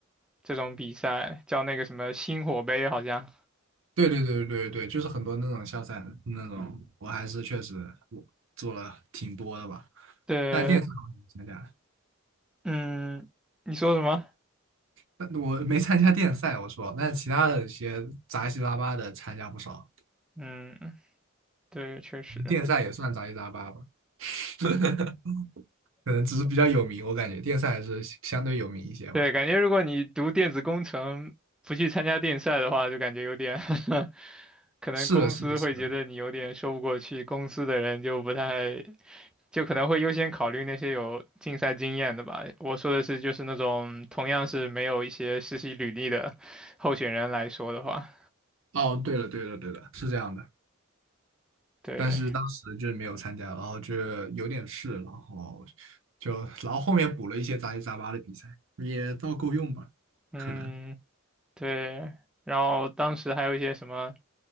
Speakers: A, in the centre; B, on the right.
A: 这种比赛，叫那个什么星火杯，好像。
B: 对对对对对，就是很多那种校赛那种，我还是确实我做了挺多的吧。
A: 对，
B: 但电赛我还没参加，
A: 嗯，你说什么？
B: 但我没参加电赛，我说，但其他的一些杂七杂八的参加不少，
A: 嗯，对，确实。
B: 电赛也算杂七杂八吧，<laughs> 可能只是比较有名，我感觉电赛还是相对有名一些嘛。
A: 对，感觉如果你读电子工程不去参加电赛的话，就感觉有点 <laughs> 可能公司会觉得你有点说不过去，
B: 是的，是的，是的。
A: 公司的人就不太，就可能会优先考虑那些有竞赛经验的吧。我说的是，就是那种同样是没有一些实习履历的候选人来说的话，
B: 哦，对了，对了，对了，是这样的。
A: 对，
B: 但是当时就是没有参加，然后就有点事，然后就然后后面补了一些杂七杂八的比赛，也倒够用吧，
A: 嗯，
B: 可能。
A: 对。然后当时还有一些什么